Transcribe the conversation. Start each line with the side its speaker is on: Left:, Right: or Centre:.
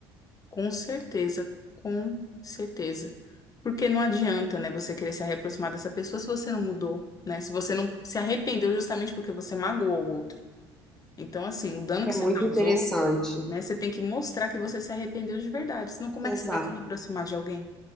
Left: Com certeza, com certeza. Porque não adianta, né, você querer se reaproximar dessa pessoa se você não mudou, né? Se você não se arrependeu justamente porque você magoou o outro. Então, assim, o dano
Centre: É
Left: que você
Centre: muito
Left: causou,
Centre: interessante.
Left: né, você tem que mostrar que você se arrependeu de verdade. Senão, como
Centre: Exato,
Left: é que você vai se reaproximar de alguém?